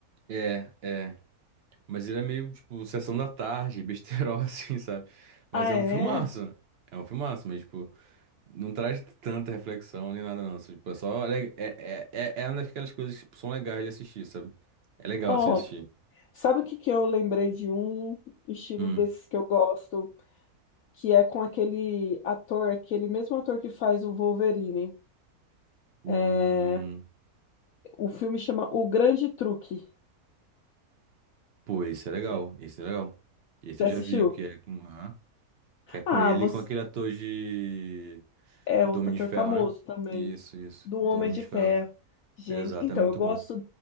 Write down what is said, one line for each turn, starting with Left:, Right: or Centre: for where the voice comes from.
Right: É, é. Mas ele é meio, tipo, sessão da tarde, besterol, <laughs> assim, sabe? Mas
Left: Ah,
Right: é
Left: é?
Right: um filmaço. É um filmaço, mas, tipo, não traz tanta reflexão nem nada, não. Só, Tipo, é só. le- É, é, é, é uma daquelas coisas que tipo, são legais de assistir, sabe? É legal,
Left: Ó,
Right: assim, assistir.
Left: sabe o que que eu lembrei de um estilo
Right: Hum.
Left: desses que eu gosto? que é com aquele ator, aquele mesmo ator que faz o Wolverine.
Right: Hum,
Left: É, o filme chama O Grande Truque.
Right: pô, esse é legal.
Left: Você
Right: Esse é legal. Esse
Left: você
Right: eu
Left: assistiu?
Right: já vi, que é com, aham, que é com
Left: Ah,
Right: ele
Left: você
Right: e com aquele ator de
Left: é
Right: do
Left: outro
Right: Homem
Left: ator
Right: de Ferro,
Left: famoso
Right: né?
Left: também,
Right: Isso, isso.
Left: do
Right: Do
Left: Homem
Right: Homem
Left: de
Right: de
Left: Ferro.
Right: Ferro.
Left: Gente,
Right: Exato,
Left: então
Right: é muito
Left: eu gosto,
Right: bom.